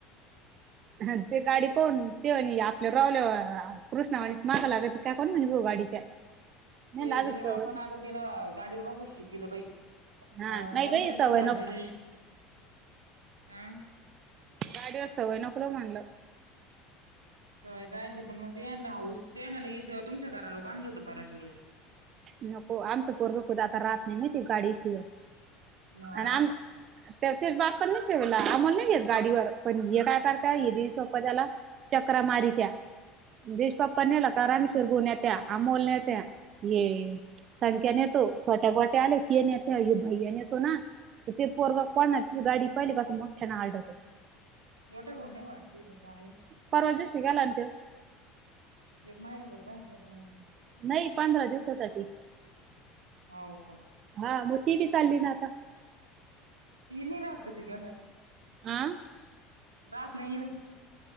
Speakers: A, on the right; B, on the right.
A: हा ते गाडी कोण ते म्हणी आपल्या रावल्यावर कृष्णा आणिच मागं लागती काय करण म्हणे बो गाडीच्या. नाही
B: ते
A: लाजूक
B: दिनीमा
A: सवय
B: आपण आता तिला गाडीवर बसत शिकेले बाई.
A: हा
B: आं
A: नाही
B: दोन
A: बाई
B: चार
A: सवय
B: दिवस झाले
A: नको
B: ते री आं.
A: गाडीवर सवय नको लावू म्हणलं.
B: सवय कायची पण मग ते आणलं हाऊस ते आहे ना लगी की तुमच्या घरा लोकं आणल होतं पराश रोजी.
A: नको आमचं पोरगा खुद आता राहत नाही माहिती गाडीशिवाय
B: हा
A: आणि आम त्यातेच बात पण नाही शेवला आमोल नाही घेेत गाडीवर पण ये काय करता हिरी सोप्पा झाला चकरा मारीत्या. देशपाप्पा नेला
B: हा
A: का रामेश्वर भु नेत्या अमोल नेत्या ये संख्या नेतो छोट्या गोट्या आलेस की ये नेते यो भैया नेतो ना. तर ते पोरगा कोणाची गाडी पहिली पासून मोठ्याना आडतं.
B: मोठ्या भाऊ नाही वाटते हे दोघं आहे.
A: परवा दिवशी गेला ना तो.
B: एक महिने भर काय. <unintelligible>
A: नाही पंधरा दिवसासाठी.
B: हा, हो का?
A: हा, मग ती बी चालली ना आता
B: ती नी राहात का? तु <unintelligible>
A: आ?
B: राहात नाही इद